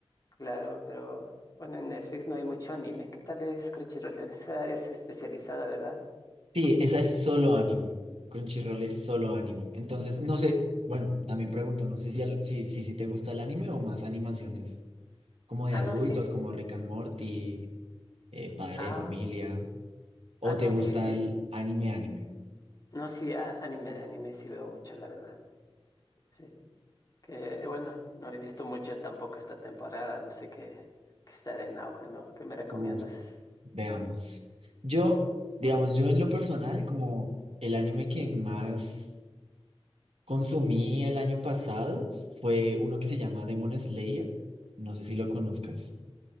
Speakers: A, on the left; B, on the right.
A: claro, pero bueno, en Netflix no hay mucho anime. ¿Qué tal es Crunchyroll? Esa es especializada, ¿verdad?
B: Sí, esa es solo anime. Crunchyroll es solo anime. Entonces, no sé, bueno, también pregunto, no sé si, al- si, si, si te gusta el anime o más animaciones como de
A: Ah,
B: adultos,
A: no, sí.
B: como Rick and Morty. eh, padre
A: Ah,
B: de familia, o
A: ah, no,
B: te gusta
A: sí, sí.
B: el anime, anime.
A: No, sí, a- anime, de anime sí veo mucho, la verdad. Sí. Que eh, bueno, no he visto mucho tampoco esta temporada, no sé qué, qué estará en auge, ¿no? ¿Qué me recomiendas?
B: Uf, veamos. Yo, digamos, yo en lo personal, como el anime que más consumí el año pasado fue uno que se llama Demon Slayer. No sé si lo conozcas.